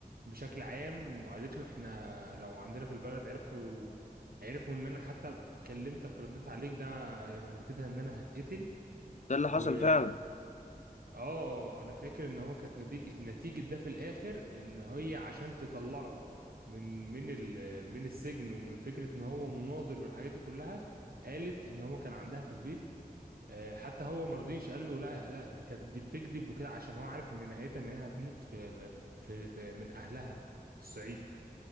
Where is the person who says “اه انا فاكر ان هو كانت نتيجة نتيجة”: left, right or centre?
Right